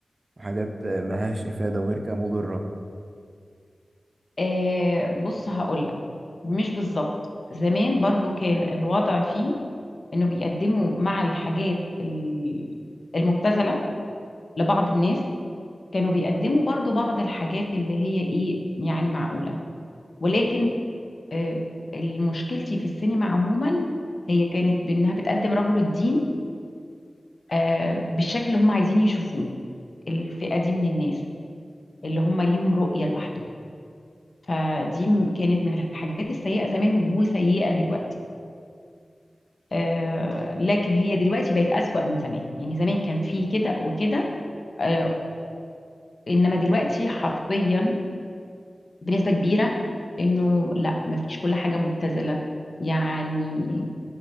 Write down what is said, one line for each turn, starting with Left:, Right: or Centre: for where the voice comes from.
Right: وحاجات آه، ملهاش إفادة وغير كده مضرة
Left: آه بص هقول لك مش بالظبط زمان برضو كان الوضع فيه انه بيقدموا مع الحاجات ال- المبتذله لبعض الناس كانوا بيقدموا برضو بعض الحاجات اللي هي ايه يعني معقوله ولكن آه، مشكلتي في السينما عموما هي كانت بانها بتقدم رجل الدين آه، بالشكل اللي هم عايزين يشوفوه الفئة دي من الناس اللي هم ليهم رؤية لوحده فدي م- كانت من الحاجات السيئة زمان وسيئة دلوقتي آه لكن هي دلوقتي بقت أسوأ من زمان يعني زمان كان في كده وكده آه إنما دلوقتي حرفيا بنسبة كبيرة إنه لا مفيش كل حاجة مبتذلة يعني